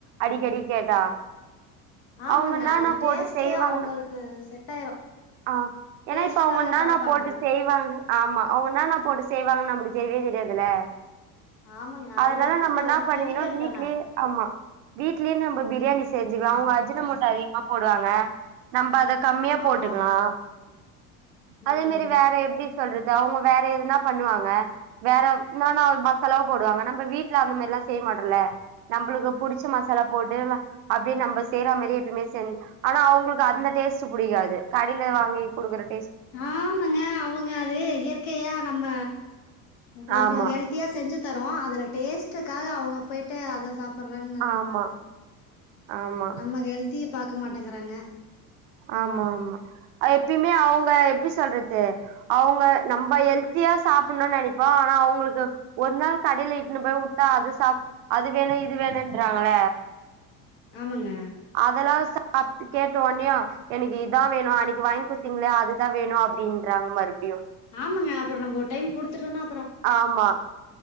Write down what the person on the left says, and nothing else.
ஆமாயா
அத டேஸ்ட்
ஸ்ட்
அவங்களுக்கு செட்ட ஆயிரு
டேஸ்ட்காக
பாப்பாங்க
ஆமாங்க
அதுல இருக்கிறது
எல்லாமே
கெமிக்கல்
தான
ஆமா
ம்
ஆமாங்க அவங்க அது இயற்கையா நம்ம கொஞ்சோ
ஹெல்தியா செஞ்சு தரோ அதுல டேஸ்டுகாக அவங்க போய்ட்டு அத சாப் ப்புரன் சொல்றாங்க
நம்ம ஹெல்திய பாக் க்க மாட்டங்கிறாங்க
ஆமாங்க
ஆமங்க அப்பறோ நம்ம ஒரு டைம் குடுத்துடோனா